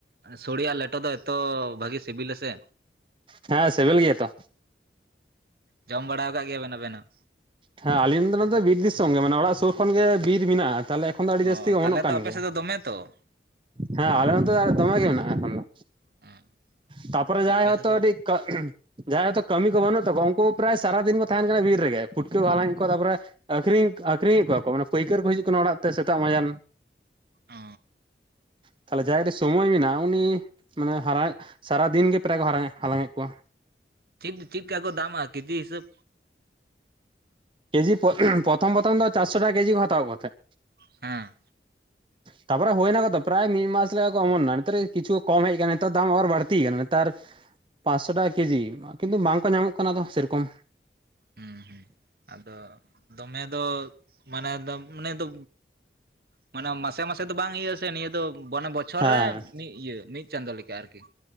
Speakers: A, on the right (about 55°); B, on the right (about 30°).
A: ᱥᱚᱲᱮᱭᱟ ᱟᱨ ᱞᱮᱴ ᱴᱚ ᱫᱚ ᱮᱛᱚ ᱵᱷᱟᱜᱮ ᱥᱤᱵᱤᱞᱟᱥᱮ᱾
B: ᱦᱮᱸ ᱥᱮᱵᱮᱞ ᱜᱮᱭᱟ ᱛᱚ᱾
A: ᱡᱚᱢ ᱵᱟᱲᱟᱣ ᱠᱟᱜ ᱜᱮᱭᱟᱵᱮᱱ ᱟᱵᱮᱱ ᱦᱚᱸ᱾
B: ᱦᱮᱸ ᱟᱹᱞᱤᱧ ᱫᱚ ᱱᱚᱛᱮ ᱵᱤᱨ ᱫᱤᱥᱚᱢ ᱜᱮ ᱢᱟᱱᱮ ᱚᱲᱟᱜ ᱥᱩᱨ ᱠᱷᱚᱱ ᱜᱮ ᱵᱤᱨ ᱢᱮᱱᱟᱜ-ᱟ᱾ ᱛᱟᱞᱦᱮ ᱮᱠᱷᱚᱱ ᱫᱚ ᱟᱹᱰᱤ
A: ᱚ
B: ᱡᱟᱹᱥᱛᱤ ᱜᱮ
A: ᱛᱟᱦᱚᱞᱮ
B: ᱚᱢᱚᱱᱚᱜ
A: ᱛᱚ
B: ᱠᱟᱱ
A: ᱟᱯᱮ
B: ᱜᱮᱭᱟ᱾
A: ᱥᱮᱫ ᱫᱚ ᱫᱚᱢᱮ ᱛᱚ
B: ᱦᱮᱸ ᱟᱞᱮ ᱱᱚᱛᱮ ᱫᱚ ᱟᱨ ᱫᱚᱢᱮ ᱜᱮ ᱢᱮᱱᱟᱜ-ᱟ ᱮᱠᱷᱚᱱ ᱫᱚ᱾
A: ᱦᱮᱸ
B: ᱛᱟᱨᱯᱚᱨᱮ
A: ᱛᱚᱵᱮ
B: ᱡᱟᱦᱟᱸᱭ
A: ᱟᱯᱮ
B: ᱦᱚᱭᱛᱚ
A: ᱥᱮᱫ ᱫᱚ
B: ᱠᱟᱴᱤᱡ ᱠᱟ, ᱡᱟᱦᱟᱸᱭ ᱦᱚᱭᱛᱚ ᱠᱟᱹᱢᱤ ᱠᱚ ᱵᱟᱹᱱᱩᱜ ᱛᱟᱠᱚᱣᱟ, ᱩᱝᱠᱩ ᱯᱨᱟᱭ ᱥᱟᱨᱟᱫᱤᱱ ᱠᱚ ᱛᱟᱦᱮᱱ ᱠᱟᱱᱟ ᱵᱤᱨ ᱨᱮᱜᱮ᱾ ᱯᱩᱴᱠᱟᱹ ᱠᱚ ᱦᱟᱞᱟᱝᱮᱫ ᱠᱚᱣᱟ ᱛᱟᱨᱯᱚᱨᱮ ᱟᱹᱷᱨᱤᱧ, ᱟᱠᱷᱨᱤᱧᱮᱫ ᱠᱚᱣᱟ ᱠᱚ, ᱢᱟᱱᱮ ᱯᱟᱹᱭᱠᱟᱹ ᱨᱠᱚ ᱦᱤᱡᱩᱜ ᱠᱟᱱᱟ ᱚᱲᱟᱜ ᱛᱮ ᱥᱮᱛᱟᱜ ᱢᱟᱡᱟᱱ᱾
A: ᱚ
B: <inaudible> ᱛᱟᱞᱦᱮ ᱡᱟᱦᱟᱸᱭ ᱠᱟᱴᱤᱡ ᱥᱚᱢᱚᱭ ᱢᱮᱱᱟᱜ-ᱟ ᱩᱱᱤ ᱢᱟᱱᱮ ᱦᱟᱨᱟ ᱥᱟᱨᱟᱫᱤᱱ ᱜᱮ ᱯᱨᱟᱭ ᱠᱚ ᱦᱟᱨᱟ ᱦᱟᱞᱟᱝᱮᱫ ᱠᱚᱣᱟ᱾
A: ᱪᱤᱫ, ᱪᱤᱫᱠᱟ ᱠᱚ ᱫᱟᱢᱟᱜ-ᱟ ᱠᱮᱡᱤ ᱦᱤᱥᱟᱹᱵᱽ?
B: ᱠᱮᱡᱤ ᱯᱚ, ᱯᱨᱚᱛᱷᱚᱢ-ᱯᱨᱚᱛᱷᱚᱢ ᱫᱚ ᱪᱟᱥᱥᱚ ᱴᱟᱠᱟ ᱠᱮᱡᱤ ᱠᱚ ᱦᱟᱛᱟᱣ ᱠᱚ ᱛᱟᱦᱮᱸᱜ᱾
A: ᱦᱮᱸ
B: <inaudible> ᱛᱟᱨᱯᱚᱨᱮ ᱦᱩᱭᱮᱱᱟ ᱛᱟᱠᱚ ᱛᱚ ᱯᱨᱟᱭ ᱢᱤᱫ ᱢᱟᱥ ᱞᱮᱠᱟ ᱠᱚ ᱚᱢᱚᱱᱱᱟ, ᱱᱮᱛᱟᱨᱮ ᱠᱤᱪᱷᱩ ᱠᱚ ᱠᱚᱢ ᱦᱮᱡ ᱟᱠᱟᱱᱟ ᱱᱮᱛᱟᱨ ᱫᱟᱢ ᱟᱨ ᱵᱟᱲᱛᱤᱭ ᱠᱟᱱᱟ ᱱᱮᱛᱟᱨ᱾ ᱯᱟᱸᱥᱥᱚ ᱴᱟᱠᱟ ᱠᱮᱡᱤ᱾ ᱠᱤᱱᱛᱩ ᱵᱟᱝ ᱠᱚ ᱧᱟᱢᱚᱜ ᱠᱟᱱᱟ ᱥᱮᱨᱚᱠᱚᱢ᱾
A: ᱦᱩᱸ ᱦᱩᱸ ᱟᱫᱚ ᱫᱚᱢᱮ ᱫᱚ ᱢᱟᱱᱮ ᱮᱠᱫᱚᱢ ᱢᱚᱱᱮ ᱫᱚ ᱢᱟᱱᱮ ᱢᱟᱥᱮ-ᱢᱟᱥᱮ ᱫᱚ ᱵᱟᱝ ᱤᱭᱟᱹᱜ-ᱟ ᱥᱮ ᱱᱤᱭᱟᱹ ᱫᱚ ᱵᱟᱱᱮ ᱵᱚᱪᱷᱚᱨ
B: ᱦᱮᱸ
A: ᱨᱮ ᱢᱤᱫ ᱤᱭᱟᱹ ᱢᱤᱫ ᱪᱟᱸᱫᱚ ᱞᱮᱠᱟ ᱟᱨᱠᱤ᱾